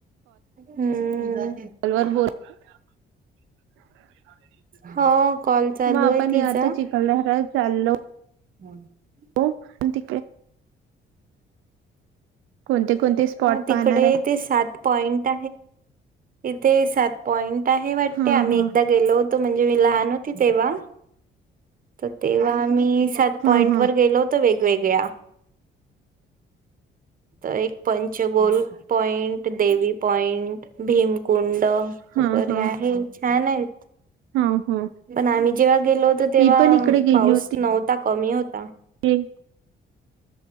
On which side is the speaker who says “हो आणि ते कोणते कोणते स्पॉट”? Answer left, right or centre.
Right